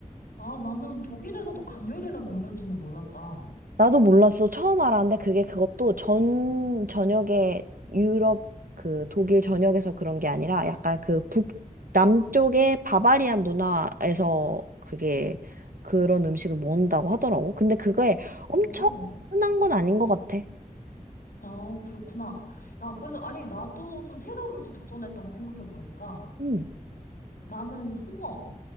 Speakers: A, on the left; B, on the right.
A: 아, 나는 독일에서도 간요리를 먹는지는 몰랐다.
B: 나도 몰랐어. 처음 알았는데 그게 그것도 전 전역에 유럽 그 독일 전역에서 그런 게 아니라 약간 그 북, 남쪽의 바바리안 문화에서 그게 그런 음식을 먹는다고 하더라고. 근데 그게 엄청
A: 어.
B: 흔한 건 아닌 것 같아.
A: 아, 그렇구나. 야, 그래서, 아니, 나도 좀 새로운 음식 도전했던 거 생각해보니까,
B: 응.
A: 나는 홍어.